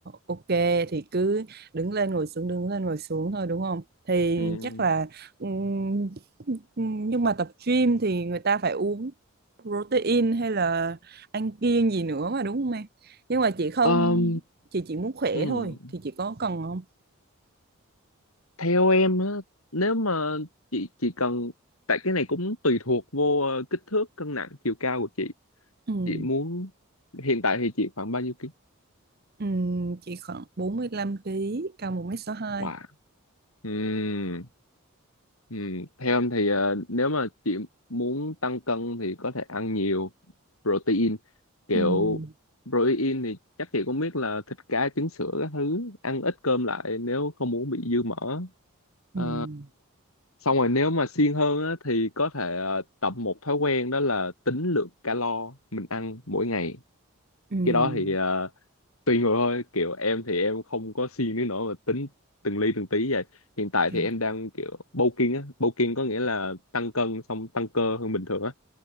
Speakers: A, on the right (about 45°); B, on the left (about 80°).
A: ok thì cứ đứng lên ngồi xuống đứng lên ngồi xuống thôi đúng không? Thì
B: Ừ.
A: chắc là ừm, nhưng mà tập gym thì người ta phải uống protein hay là ăn kiêng gì nữa mà đúng không em? Nhưng mà chị không
B: Ờm,
A: chị chỉ muốn khỏe
B: ừ.
A: thôi thì chị có cần không?
B: Theo em á nếu mà chị chị cần tại cái này cũng tùy thuộc vô ờ, kích thước cân nặng chiều cao của chị
A: Ừm,
B: chị muốn hiện tại thì chị khoảng bao nhiêu
A: ừm, chị khoảng 45 kg cao 1m62.
B: Wow. Ừm, ừm. Theo em thì ờ, nếu mà chị muốn tăng cân thì có thể ăn nhiều protein. Kiểu
A: Ừm,
B: protein thì chắc chị cũng biết là thịt cá, trứng sữa các thứ. Ăn ít cơm lại nếu không muốn bị dư mỡ. Ờ,
A: ừm,
B: xong rồi nếu mà siêng hơn á, thì có thể ờ, tập một thói quen đó là tính lượng calo mình ăn mỗi ngày.
A: ừm,
B: Cái đó thì ờ, tùy người thôi kiểu em thì em không có siêng đến nỗi mà tính từng ly từng tí vậy hiện tại
A: ok.
B: thì em đang kiểu bulking á bulking có nghĩa là tăng cân xong tăng cơ hơn bình thường á